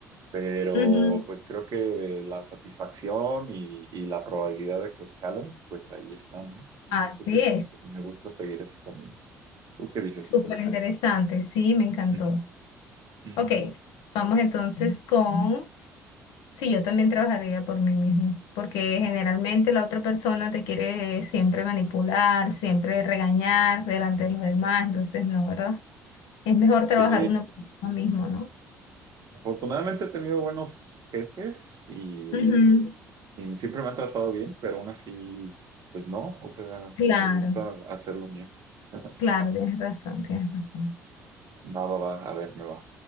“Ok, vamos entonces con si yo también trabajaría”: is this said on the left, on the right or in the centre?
Left